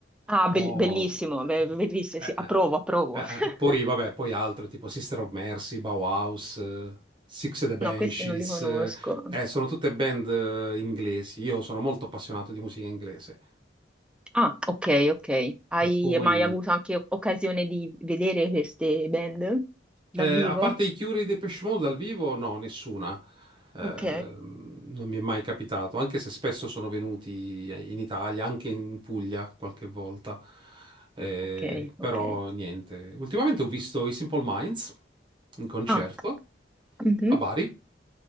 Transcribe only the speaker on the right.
o
eh,
eh,
eh, eh,
eh, poi vabbè, poi altre tipo Sister of Mercy, Bauhaus, eh, Six and the Banshees,
eh, eh, sono tutte band eh, inglesi. Io sono molto appassionato di musica inglese.
E poi
Eh,
a parte i Cure e i Depeche Mode dal vivo, no, nessuna. Eh,
non mi è mai capitato, anche se spesso sono venuti in Italia, anche in Puglia qualche volta. Eh,
però
niente. Ultimamente ho visto i Simple Minds in concerto
a Bari.